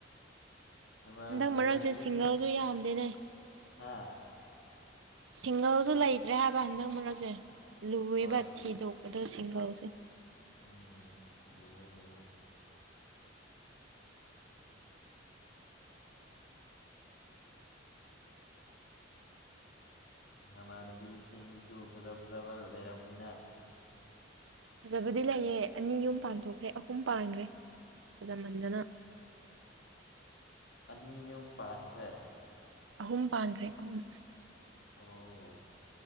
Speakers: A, on the left (about 75°); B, on the right (about 80°).
A: ꯅꯃꯥ
B: ꯍꯟꯗꯛ
A: ꯅꯃꯥꯟꯅꯕꯤꯁꯤꯡ
B: ꯃꯔꯛꯁꯦ ꯁꯤꯡꯒꯜꯁꯨ ꯌꯥꯝꯗꯦꯅꯦ
A: ꯍꯥ
B: ꯁꯤꯡꯒꯜꯁꯨ ꯂꯩꯇ꯭ꯔꯦ ꯍꯥꯏꯕ ꯍꯟꯗꯛ ꯃꯔꯛꯁꯦ ꯂꯨꯕ
A: ꯍꯣꯏ
B: ꯊꯤꯗꯣꯛ ꯑꯣꯗꯣꯁꯤꯡꯒꯥꯁꯦ
A: ꯎꯝ ꯂꯦ ꯂꯦ ꯅꯃꯥꯟꯅꯕꯤꯁꯤꯡꯗꯨꯁꯨ ꯐꯖ ꯐꯖꯕ ꯂꯩꯔꯕꯅꯤꯅ
B: ꯐꯖꯕꯗꯤ ꯂꯩꯌꯦ ꯑꯅꯤ ꯌꯨꯝ ꯄꯥꯟꯊꯣꯛꯈ꯭ꯔꯦ ꯑꯍꯨꯝ ꯄꯥꯟꯈ꯭ꯔꯦ ꯐꯖꯃꯟꯗꯅ <unintelligible>
A: ꯑꯅꯤ ꯌꯨꯝ ꯄꯥꯟꯈ꯭ꯔꯦ
B: ꯑꯍꯨꯝ ꯄꯥꯟꯈ꯭ꯔꯦ ꯑꯍꯨꯝ
A: ꯑꯣ